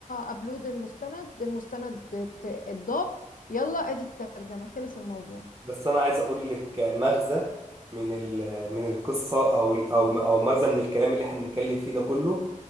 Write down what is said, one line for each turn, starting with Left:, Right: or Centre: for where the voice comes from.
Left: ابلود المستند المستند ات- اتضاف يلا ادي الترجمة خلص الموضوع
Right: بس انا عايز اقول لك مغزى من ال من القصه او او او مغزى من الكلام اللي احنا بنتكلم فيه ده كله